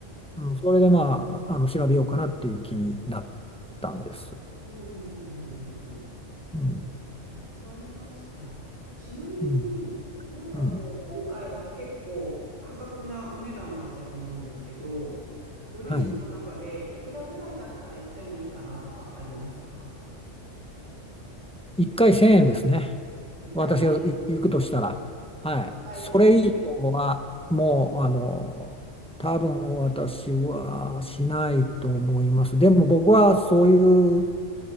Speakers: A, in the centre; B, on the right.
A: うん、それでまあ、あの調べようかなっていう気になったんです。
B: うん。うんうんうん
A: うん、
B: わかりました。ちなみになんかこう、
A: うん、うん。
B: 今回は結構破格なお値段だったと思うんですけど、ご自身の中でいくらぐらいだったら行ってもいいかなとかありますか
A: はい。1回1000円ですね。
B: 一回千円。
A: 私が行行くとしたら。はい。
B: 一回千
A: それ以上は、もう、あの、多分私はしないと思います。でも僕はそういう